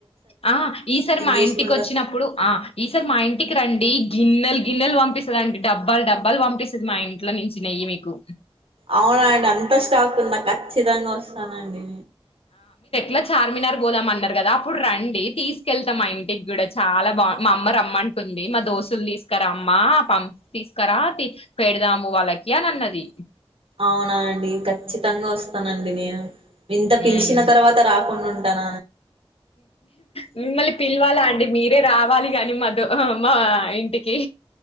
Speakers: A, on the left (about 85°); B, on the right (about 70°).
A: ఆ ఈసారి మా
B: తీసుకుంటా
A: ఇంటికి వచ్చినప్పుడు ఆ ఈసారి మా ఇంటికి రండి గిన్నెలు గిన్నెలు పంపిస్తస్తుద అండి డబ్బాలు డబ్బాలు పంపిస్తుది మా ఇంట్లో నుంచి నెయ్యి మీకు
B: అవున అండి అంత స్టాక్ ఉందా ఖచ్చితంగా న అండి
A: లా చార్మినార్ గోదామ అన్నారు కదా అప్పుడు రండి తీసుకెళ్తాం ఆనకి టి కూడా చాలా బాగు మా అమ్మ రమ్మంటుంది మా దోస్తులు తీసుకరా అమ్మ పంపి తీసుకరా పెడదాము వాళ్ళకి అని అన్నది
B: అవునా అండి ఖచ్చితంగా వస్తానండి నేను వింత
A: మ్
B: పిలిచిన తర్వాత రా ఉండుటన
A: మిమ్మల్ని పిలవాలా అండి మీరే రావాలి కాని మాద మా ఇంటికి